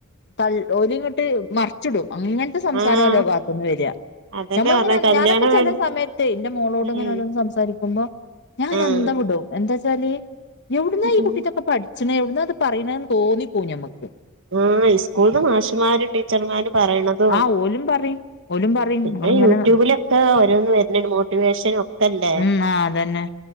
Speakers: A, on the left; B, on the right.
A: തൾ ഓലിങ്ങോട്ട് മറ് ച്ചിടും അങ്ങനത്തെ സംസാരാ
B: ആഹ്
A: ഓലെ ഭാഗത്തുനിന്ന് വരിക
B: അതന്നെ
A: ഞമ്മളങ്ങനെ
B: പറഞ്ഞെ കല്യാണം
A: ഞാനൊക്കെ ചെല
B: വേണ്ട
A: സമയത്ത് എന്റെ മോളോട്
B: ഉം
A: ഇങ്ങനെ ഓരോന്ന് സംസാരിക്കുമ്പോ ഞാനന്തംവിടും
B: ആഹ്
A: എന്താച്ചാല് എവിടെ
B: ഉം
A: പഠിച്ചണ എവിടന്നാ അത് പറയണേന്ന് തോന്നിപ്പോം ഞമ്മുക്ക്
B: ആഹ് ഇസ്കൂൾന്ന് മാഷ്മാരും ടീച്ചർമാരും പറയണതും
A: ആഹ് ഓലും പറയും ഓലും പറയും
B: പിന്നെ
A: ഇങ്ങളിങ്ങനെ
B: യൂട്യൂബിലൊക്കെ ഓരോന്നു വരുന്നെ മോട്ടിവേഷനും ഒക്കെല്ലേ
A: ഉം ആഹ് അതന്നെ